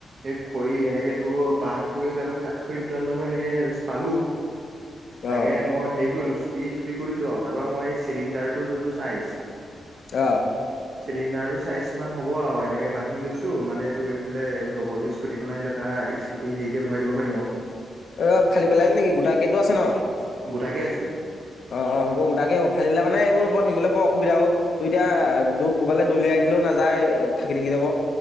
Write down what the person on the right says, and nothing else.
এই খৰি এনেকে তোৰ বাহ খৰি তাৰ পৰা কাঠ খৰি দুডাল মানুহ এনেকে- পালো তাকে
মই হেৰি কৰিলো তি কৰি দিলো আও তাৰপা মই চিলিণ্ডাৰটো যোনটো চাইজ-
চিলিণ্ডাৰটো চাইজ মান হ'ব আও এনেকে বান্ধি লৈছো মানে তোৰ এইফালে লগৰ তো স্কুটিখন আহিলে তাত স্কুটি হেৰিতে ভৰাই দিব পাৰিম আও
আৰু গোটাকে আছে।